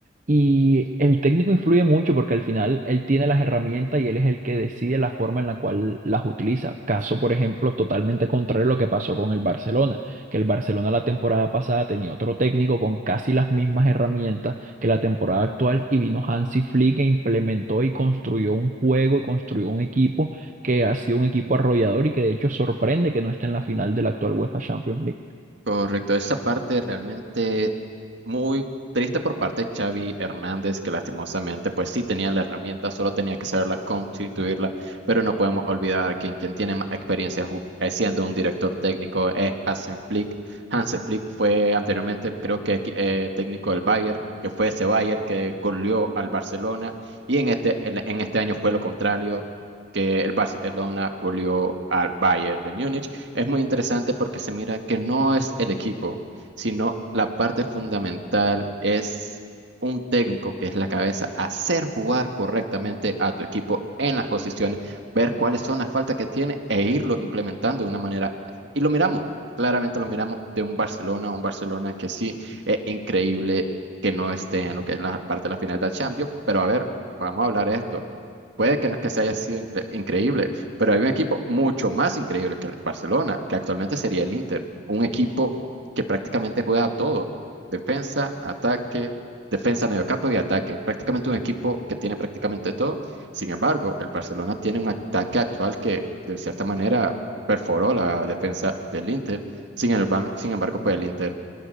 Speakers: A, on the right; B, on the right.
A: Y el técnico influye mucho porque al final él tiene las herramientas y él es el que decide la forma en la cual las utiliza. Caso, por ejemplo, totalmente contrario a lo que pasó con el Barcelona que el Barcelona la temporada pasada tenía otro técnico con casi las mismas herramientas que la temporada actual y vino Hansi Flick e implementó y construyó un juego y construyó un equipo que ha sido un equipo arrollador y que de hecho sorprende que no esté en la final de la actual UEFA Champions League.
B: Correcto, esa parte realmente muy triste por parte de Xavi Hernández, que lastimosamente, pues sí tenía la herramienta, solo tenía que saberla constituirla, pero no podemos olvidar que quien tiene más experiencia ju- eh, siendo un director técnico es Hansen Flick. Hansen Flick fue anteriormente, creo que equi- eh, técnico del Bayern, que fue ese Bayern que goleó al Barcelona, y en este, en en este año fue lo contrario, que el Barcelona goleó al Bayern de Múnich. Es muy interesante porque se mira que no es el equipo, sino la parte fundamental es un técnico que es la cabeza, hacer jugar correctamente a tu equipo en las posiciones, ver cuáles son las faltas que tiene e irlo implementando de una manera. Y lo miramos, claramente lo miramos de un Barcelona, un Barcelona que sí es increíble que no esté en lo que es la parte de la final del Champions, pero a ver, vamos a hablar de esto. Puede que no es que se haya sido incre- increíble. Pero hay un equipo mucho más increíble que el Barcelona, que actualmente sería el Inter, un equipo que prácticamente juega a todo, defensa, ataque, defensa, mediocampo y ataque, prácticamente un equipo que tiene prácticamente todo. Sin embargo, el Barcelona tiene un ataque actual que de cierta manera perforó la defensa del Inter. Sin el ban- sin embargo, pues el Inter